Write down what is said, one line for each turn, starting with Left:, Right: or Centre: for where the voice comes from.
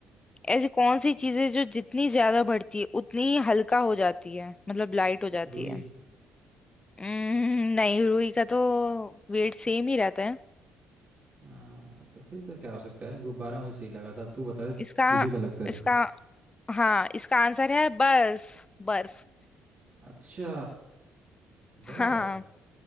Left: ऐसी कौन सी चीजें जो जितनी ज्यादा बढ़ती है उतनी ही हल्का हो जाती है मतलब लाइट हो जाती
Right: रुई
Left: है हम्म, नहीं रुई का तो वेट सेम ही रहता है
Right: आ, तो फिर तो क्या हो सकता है यार गुब्बारा मुझे सही लगा था अब तू बता दे
Left: इसका
Right: तुझे क्या लगता है इससे
Left: इसका हाँ इसका आंसर है बर्फ बर्फ
Right: अच्छा बर
Left: हाँ